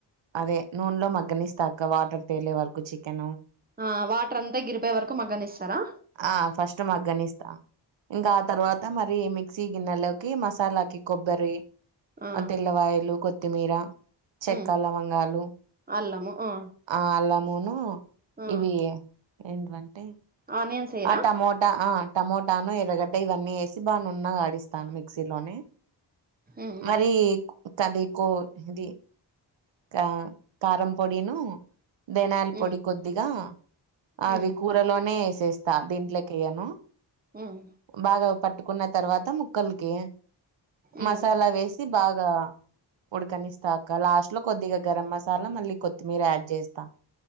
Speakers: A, on the right; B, on the right.
A: అదే నూనెలో మగ్గనీస్తాక్క వాటర్ తేలే వరకు చికెన్.
B: ఆహ్ వాటర్ అంతా ఎగిరిపోయే వరకు మగ్గనిస్తారా.
A: ఆ ఫస్ట్ మగ్గనిస్తా ఇంకా ఆ తర్వాత మరి మిక్సీ గిన్నెలోకి మసాలాకి కొబ్బరి.
B: ఆ
A: ఆహ్ తెల్లవాయలు కొత్తిమీర చెక్క
B: ఉమ్
A: లవంగాలు.
B: అల్లము ఆ
A: ఆహ్ అల్లామూను
B: ఆ
A: ఇవి ఏంటంటే.
B: ఆనియన్స్ ఎయ్యరా
A: ఆ టమోటా ఆహ్. టమోటాను ఎరగటి ఇవన్నీ వేసి బాగా నున్నగా ఆడిస్తాను మిక్సీలోనే.
B: ఉమ్
A: మరి కదికు ఇంది. ఆహ్ కారం పొడిను. ధన్యల పొడి
B: ఉమ్
A: కొద్దిగా అవి
B: ఉమ్
A: కూరలోనే వేసేస్తా దీంట్లోకి వేయను.
B: ఉమ్
A: బాగా పట్టుకున్న తర్వాత ముక్కలకి. మసాలా
B: ఉమ్
A: వేసి బాగా ఉడకనిస్తాక్క లాస్ట్. లో గరం మసాలా మళ్ళీ కొత్తిమీర యాడ్ చేస్తా